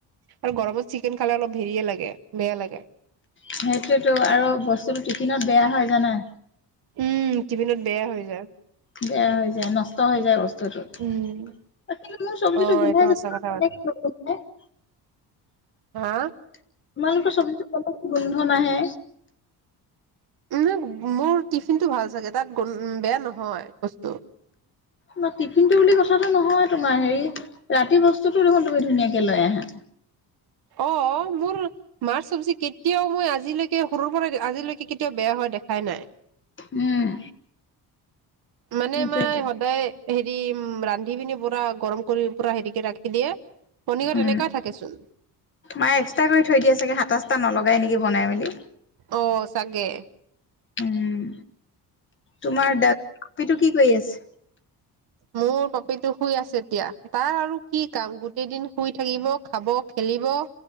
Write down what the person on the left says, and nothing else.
সেইটোয়েতো আৰু বস্তুটো টিফিনত বেয়া হয় জাই নাই?
বেয়া হৈ যায় নষ্ট হৈ যায় বস্তুটো
<unintelligible> চব্জিটো
গুন্ধাই
<unintelligible>
তোমালোকৰ <unintelligible> গোন্ধ নাহে।
ন' টিফিনটো বুলি কথাটো নহয় তোমাৰ হেৰি ৰাতি বস্তুতো দেখোন কৈ ধুনীয়াকে লৈ আহা।
উম
সেইটোয়েতো
উম,
মাই এক্সট্ৰা কৰি থৈ দিয়ে চাগে সাতা-চাটা নলগাই নেকি বনাই মেলি।
উম তোমাৰ দ পিটো কি? কৰি আছে?